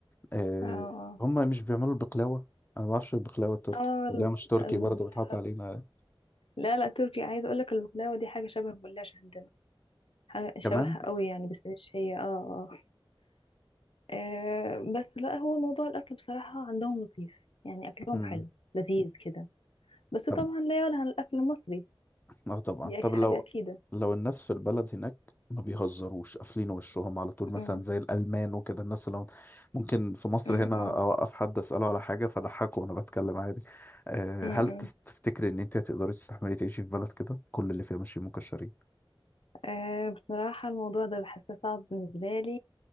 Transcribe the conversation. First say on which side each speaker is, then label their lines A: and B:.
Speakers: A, on the left (about 20°); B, on the left (about 70°).
A: أه
B: اه اه
A: هم مش بيعملوا البقلاوه انا ما بعرفش البقلاوه التركي
B: آه، الب-
A: ولا مش تركي
B: البقلاوة
A: برضه بيضحكوا علينا
B: لا لا تركي عايز اقول لك البقلاوه دي حاجه شبه الجلاش عندنا حاجه شبهها
A: كمان
B: قوي يعني بس مش هي اه اه آه، بس لا هو موضوع الاكل بصراحه عندهم لطيف يعني اكلهم
A: امم
B: حلو لذيذ كده بس
A: طب
B: طبعا لا يعلى عن الاكل المصري
A: اه طبعا
B: دي
A: طب
B: أك- حاجه
A: لو
B: اكيده
A: لو الناس في البلد هناك ما بيهزروش قافلين وشهم على طول مثلا
B: أمم،
A: زي الألمان وكده الناس اللي هم- ممكن في مصر
B: أمم،
A: هنا أوقف حد أسأله على حاجة فضحكه وأنا بتكلم عادي أه
B: أمم،
A: هل
B: أمم.
A: تس- تفتكري إن أنت هتقدري تستحملي تعيشي في بلد كده كل اللي فيها ماشيين مكشرين
B: أه بصراحة الموضوع ده بحسه صعب بالنسبة لي